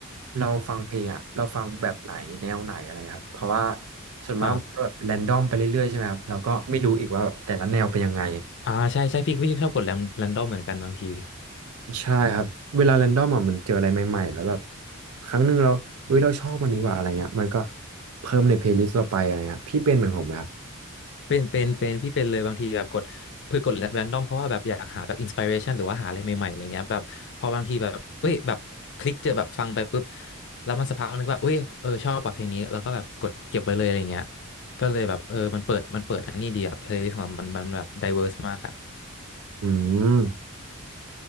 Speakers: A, on the right; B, on the left.
A: เราฟังเพลงอ่ะเราฟังแบบไหนแนวไหนอะไรครับเพราะว่าส่วนมากมันก็แบบแรนดอมไปเรื่อยๆใช่ไหมครับเราก็ไม่รู้อีกว่าแบบแต่ละแนวเป็นยังไง
B: ครับอ่าใช่ใช่พี่พี่ชอบกดแรมแรนดอมเหมือนกันบางที
A: ใช่ครับเวลาแรนดอมอ่ะมันเจออะไรใหม่ๆแล้วแบบครั้งหนึ่งเราเฮ้ยเราชอบอันนี้ว่ะอะไรเงี้ยมันก็เพิ่มในเพลย์ลิสต์เราไปอะไรเงี้ยพี่เป็นเหมือนผมไหมครับ
B: เป็นเป็นเป็นพี่เป็นเลยบางทีแบบกดเพื่อกดแรนดอมเพราะว่าแบบอยากหาแบบอินส i r เรชันหรือว่าหาอะไรใหม่ๆอะไรเงี้ยแบบพอบางทีแบบเอ้ยแบบคลิกเจอแบบฟังไปปุ๊บแล้วมันสักพักนึงว่าเอ้ยเออชอบแบบเพลงนี้แล้วก็แบบกดเก็บไว้เลยอะไรเงี้ยก็เลยแบบเออมันเปิดมันเปิดอันนี้ดีอะเพลย์ลิสต์ของเรามันมันแบบไดเวอร์สมากอะ
A: อืม